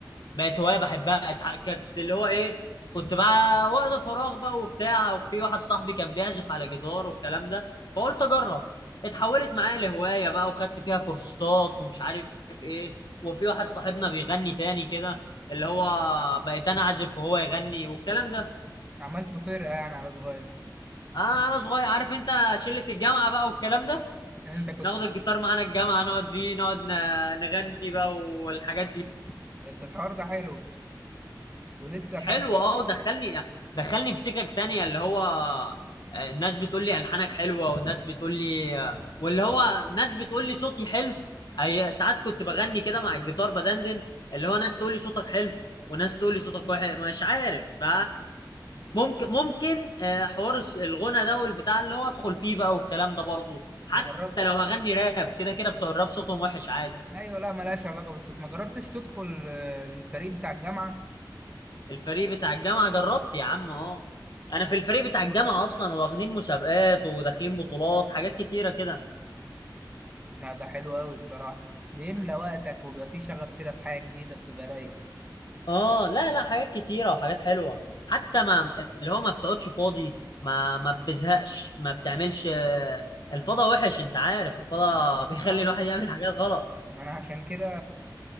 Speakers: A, on the left; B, on the right.
A: بقت هواية بحبها اتح- كانت اللي هو ايه كنت بقى وقت فراغ بقى وبتاع وفي واحد صاحبي كان بيعزف على جدار والكلام ده فقلت اجرب اتحولت معايا لهواية بقى وخدت فيها كورسات ومش عارف ايه وفي واحد صاحبنا بيغني تاني كده اللي هو بقيت انا اعزف وهو يغني والكلام ده
B: عملته فرقة يعني على صغير
A: آه انا صغير عارف انت شلة الجامعة بقى والكلام ده
B: <laughs> أنت كنت
A: ناخد الجيتار معانا الجامعة نقعد بيه نقعد ن- نغني بقى والحاجات دي
B: بس الحوار ده حلو ولسه
A: حلو
B: لحد دلوقتي
A: اه ودخلني دخلني في سكك تانية اللي هو آه، ناس بتقول لي ألحانك حلوة وناس بتقول لي آه، واللي هو ناس بتقول لي صوتي حلو أي ساعات كنت بغني كده مع الجيتار بدندن اللي هو ناس تقول لي صوتك حلو وناس تقول لي صوتك وحش مش عارف ف ممكن ممكن آه، حوار الس- الغنى ده والبتاع اللي هو ادخل فيه بقى والكلام ده برضه حتى
B: ما جربت
A: لو هغني راب كده كده بتوع الراب صوتهم وحش عادي
B: أيوة لا ملهاش علاقة بالصوت ما جربتش تدخل آه، الفريق بتاع الجامعة
A: الفريق بتاع الجامعة جربت يا عم اهو انا في الفريق بتاع الجامعة اصلا واخدين مسابقات وداخلين بطولات حاجات كتيرة كده
B: لا ده حلو قوي بصراحة بيملى وقتك وبيبقى فيه شغف كده في حاجة جديدة بتبقى رايق
A: اه لا لا حاجات كتيرة وحاجات حلوة حتى ما اللي هو ما بتقعدش فاضي ما ما بتزهقش ما بتعملش آه، الفضا وحش انت عارف الفضا بيخلي
B: اه
A: الواحد يعمل حاجات غلط
B: ما انا عشان كده